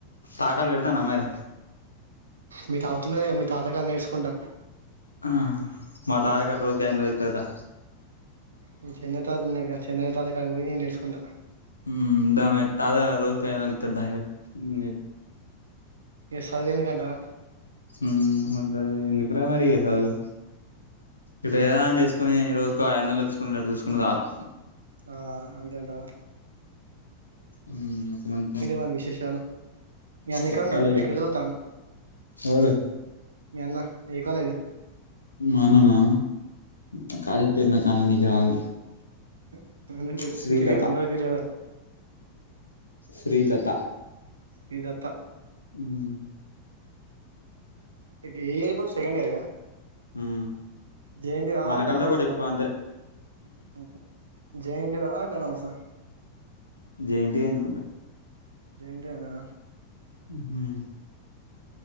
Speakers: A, on the left; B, on the right.
A: తాకలు పెడుతున్నవా మరి
B: మీ తాతుండుగా మీ తాతగాడ నేర్చుకుంటా
A: ఆ మా తాతకాడ రోజ ఐదోందల్ ఇత్తదా
B: మీ చిన్న తాత ఉన్నాడుగా చెచన్న తాతకాడికి పోయి నేర్చుంటా
A: మ్మ్ దవెత్తాలు రోజుకి ఐదు వందల్ ఇత్తను దా ఏ నీకు
B: టె సదువుఎందుకంటవా
A: మ్మ్ ముండదది ఎందుక రా మరీ ఇగ సదువు ఎటెనా ఆన్ జేసుకొని రోజుకు ఐదుదొందల్ వచ్చుకున్ డట్టు చూసుకున్న చాలు
B: ఆ అంతే అంటవా
A: మ్ ఒక మంచెం
B: మరి విశేషాలు మీ అన్న
A: చెప్పాలి
B: ఎక్కడ ఉన్నాడు
A: ఇగ
B: ఎక్కడ చదువుతాండు
A: ఓలు
B: మీ అన్నా ఏ కాలేజు
A: మా అన్ననా ఆ కాలేజ్ పేరు నాకు అననీకి రాదు
B: ఫైప్ హండ్రడ్ తీస్కొన్
A: శ్రీదత్త
B: తిరిగి అన్న తిరగలా
A: శ్రీదత్త
B: శ్రీ దత్త
A: మ్మ్
B: ఏ ఇయర్ప్పు సెకండ్ ఇయర్గా
A: ఉమ్,
B: జెన్టువా
A: మనకంటే
B: ఆటనవస్
A: ఒకటి ఎక్కువ
B: మాన
A: అంతే
B: మ్ జెఎన్ టువా అటానమస్ ఆ
A: జేఎన్‌టీయూ అనుకుంట
B: జే ఎన్ టు ఏనా
A: హ్మ్